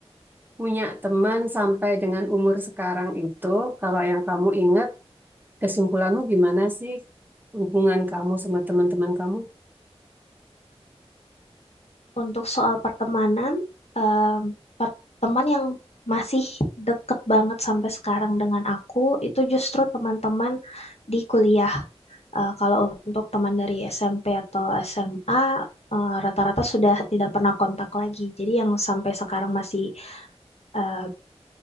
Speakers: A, on the right; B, on the left.
A: Punya teman sampai dengan umur sekarang itu, kalau yang kamu ingat, kesimpulanmu gimana sih hubungan kamu sama teman-teman kamu?
B: untuk soal pertemanan eh, per- teman yang masih deket banget sampai sekarang dengan aku itu justru teman-teman di kuliah Eh, kalau untuk teman dari SMP atau SMA eh, rata-rata sudah tidak pernah kontak lagi. Jadi yang sampai sekarang masih eh,